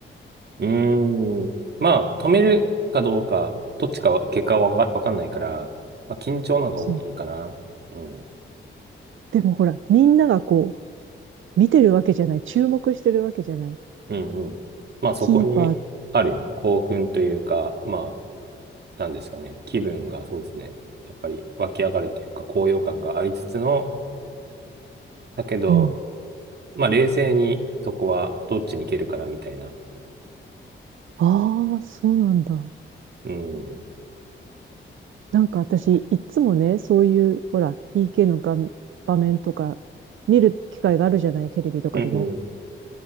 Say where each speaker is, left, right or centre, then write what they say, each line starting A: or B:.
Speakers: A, on the right (about 55°); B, on the right (about 70°).
A: うーん。まあ、止めるかどうか、どっちかは、結果はわかわかんないから、まあ、緊張の方が大きいかな。
B: そう。
A: うん。
B: でもほら、みんながこう、見てるわけじゃない。注目してるわけじゃない。
A: うんうん。まあ、そこにあるよ。
B: キーパー
A: 興奮というか、まあ、なんですかね。気分がそうですね。やっぱり湧き上がるというか、高揚感がありつつの、だけど、
B: うん。
A: まあ、冷静にそこはどっちに行けるかな、みたいな。
B: ああ、そうなんだ。
A: うん。
B: なんか私、いつもね、そういう、ほら、PK の画場面とか、見る機会があるじゃない、テレビとかでも。
A: うん。